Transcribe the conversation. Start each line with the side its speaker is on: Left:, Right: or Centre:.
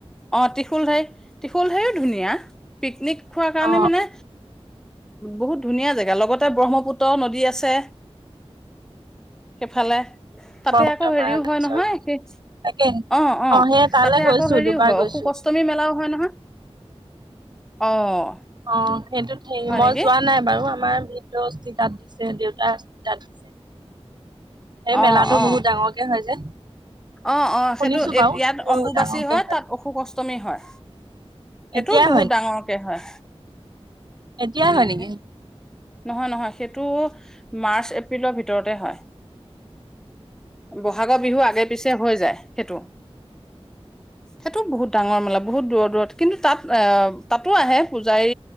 Centre: অ', ত্ৰিশূলধাৰী, ত্ৰিশূলধাৰীয়ো ধুনীয়া পিকনিক খোৱাৰ কাৰণে
Right: অ
Centre: মানে বহুত ধুনীয়া দেখা। লগত তে ব্ৰহ্মপুত্ৰ নদী আছে, সেইফালে। তাতে
Right: ব্ৰহ্মপুত্ৰ
Centre: আকৌ হেৰিও
Right: পাৰত তাৰপিছত
Centre: হয় নহয়,
Right: তাকে
Centre: অ, অ,
Right: সেই তালৈ
Centre: তাতে
Right: গৈছো
Centre: আকৌ হেৰিও
Right: দুবাৰ
Centre: হয়,
Right: গৈছো
Centre: অশোক অষ্টমী মেলাও হয় নহয় অ'
Right: অ' সেইটোত হেৰি,
Centre: হয়
Right: মই
Centre: নেকি
Right: যোৱা নাই বাৰু, আমাৰ <unintelligible> অস্হি তাত দিছে, দেউতাৰ অস্হি তাত দিছে এই
Centre: অ
Right: মেলাটো
Centre: অ
Right: বহুত ডাঙৰকে হয় যে
Centre: অ', অ',
Right: শুনিছো
Centre: সেইটো
Right: বাৰু
Centre: ইয়াত
Right: কিন্তু
Centre: অম্বুবাচী
Right: ডাঙৰকে
Centre: হয়, তাত অশোক অষ্টমী হয়। সেইটোও
Right: এতিয়াই
Centre: বহুত ডাঙৰকে হয়।
Right: এতিয়া
Centre: মানে
Right: হয় নেকি?
Centre: নহয়, নহয়, সেইটো মাৰ্চ-এপ্ৰিলৰ ভিতৰতে হয়। বহাগৰ বিহু আগে পিছে হৈ যায়। সেইটো। সেইটোও বহুত ডাঙৰ মেলা, বহুত দূৰ দূৰত, কিন্তু তাত এ তাতো আহে, পূজাৰী